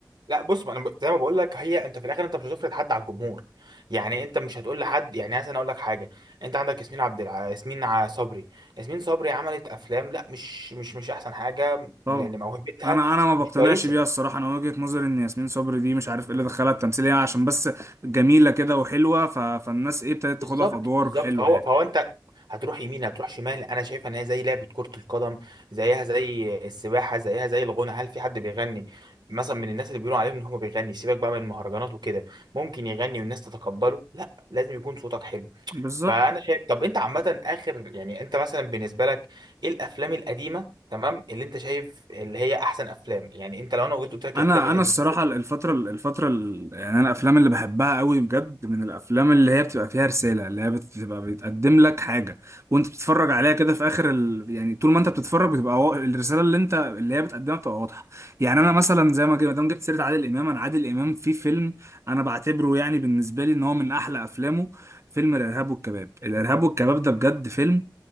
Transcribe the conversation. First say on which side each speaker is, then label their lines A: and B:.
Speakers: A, on the right; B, on the right.
A: لا بص ما انا ب- زي ما بقول لك هي انت في الاخر انت مش هتفرض حد على الجمهور يعني انت مش هتقول لحد يعني مثلا اقول لك حاجه انت عندك ياسمين عبد الع... ياسمين ع- صبري ياسمين صبري عملت افلام لا مش مش مش احسن حاجه
B: طبعا
A: لان موهبتها
B: انا انا ما بقتنعش
A: مش كويسه
B: بيها الصراحه انا وجهه نظري ان ياسمين صبري دي مش عارف ايه اللي دخلها التمثيليه عشان بس جميله كده وحلوه ف فالناس ايه ابتدت
A: بالظبط
B: تاخدها في ادوار
A: بالظبط
B: حلوه
A: فهو
B: يعني
A: فهو انت هتروح يمين هتروح شمال انا شايفها ان هي زي لعبه كره القدم زيها زي السباحه زيها زي الغنى هل في حد بيغني مثلا من الناس اللي بيقولوا عليهم ان هو بيغني سيبك بقى من المهرجانات وكده ممكن يغني والناس تتقبله لا لازم يكون صوتك حلو
B: بالظبط
A: فانا شايف طب انت عامه اخر يعني انت مثلا بالنسبه لك ايه الافلام القديمه تمام اللي انت شايف اللي هي احسن افلام يعني انت لو انا قلت قلت لك
B: انا
A: الافلام القديمه
B: انا الصراحه الفتره الفتره ال- يعني انا الافلام اللي بحبها قوي بجد من الافلام اللي هي بتبقى فيها رساله اللي هي بتبقى بتقدم لك حاجه وانت بتتفرج عليها كده في اخر ال... يعني طول ما انت بتتفرج بتبقى وا- الرساله اللي انت اللي هي بتقدمها بتبقى واضحه يعني انا مثلا زي ما جي- ما دام جبت سيره عادل امام انا عادل امام في فيلم انا بعتبره يعني بالنسبه لي ان هو من احلى افلامه فيلم الارهاب والكباب الارهاب والكباب ده بجد فيلم